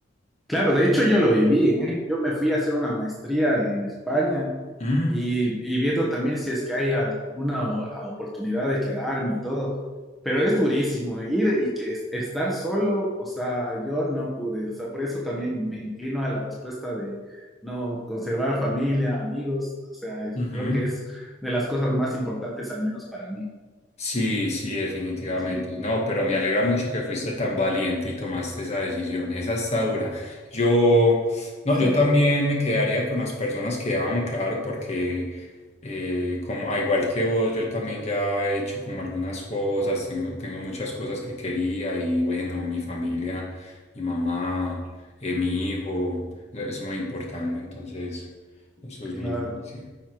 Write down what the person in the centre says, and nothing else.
Claro, de hecho yo lo viví, ¿eh? Yo me fui a hacer una maestría en España
y, y viendo también si es que hay alguna o- oportunidad de quedarme y todo. Pero es durísimo ¿eh? ir y que es- estar solo, o sea, yo no pude, o sea, por eso también me inclino a la respuesta de no conservar familia, amigos, o sea, es-
creo que es de las cosas más importantes, al menos para mí.
Sí,
sí,
claro.